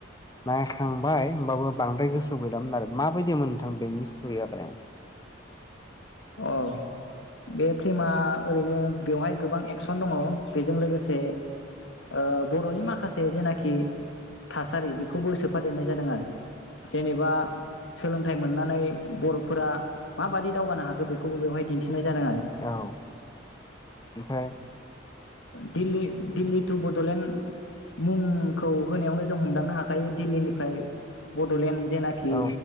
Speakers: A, on the left (about 20°); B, on the left (about 85°).
A: नायखांबाय होमबाबो बांद्राय गोसो गैलामोन आरो माबायदिमोन नोंथां बेनि स्ट'रियालाय।
B: अ बे फ्लमा ओरैनो बेवहाय गोबां एक्सन दङ बेजों लोगोसे ओ बर'नि माखासे जेनाखि थासारि बेखौबो सोफादेरनाय जादों आरो जेनेबा सोलोंथाइ मोननानै बर'फोरा माबादि दावगानो हाखो। बेखौबो बेहाय दिन्थिनाय। जादों आरो
A: औ ओमफ्राय।
B: दिल्ली दिल्ली टु बड'लेण्ड मुंखौ होनायावनो जों हमदांनो हाखायो दिल्लीनिफ्राय बड'लेण्ड। जनाखि
A: औ